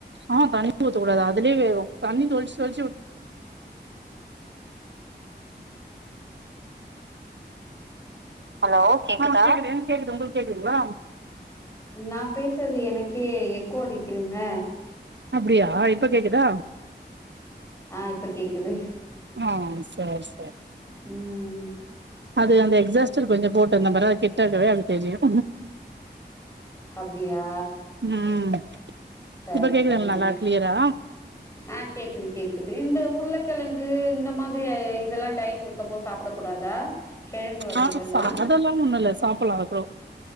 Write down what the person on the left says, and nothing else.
நான் பேசுறது எனக்கே எக்கோ அடிக்குதுங்க
ஆஹ் இப்ப கேக்குது
உம் உம்
அப்டியா
சரி
சரிங்க
ஆஹ் கேக்குது கேக்குது இந்த உருளக்கெழங்கு இந்த மாதிரி இதெல்லாம் டயட் இருக்கு இருக்மோ சாப்பிட கூடாதா கெழங்கு வகைகள்லா